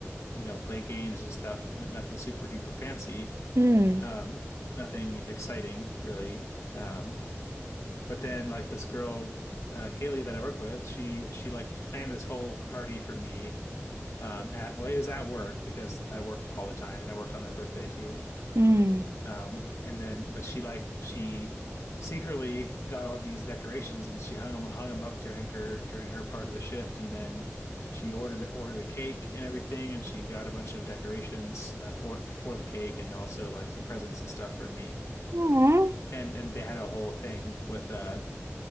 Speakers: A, on the left; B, on the right.
A: you know, play games and stuff. N nothing super duper fancy,
B: Mm,
A: um, nothing exciting really. Um, but then like this girl, uh, Kaylee that I work with, she she like planned this whole party for me um at well it was at work because I work all the time and I worked on my birthday too
B: mm.
A: um and then but she like she secretly got all these decorations and she hung them hung them up during her during her part of the shift and then she ordered the ordered the cake and everything and she got a bunch of decorations uh, for like, for the cake and also like some presents and stuff for me
B: Aw,
A: and and they had a whole thing with uh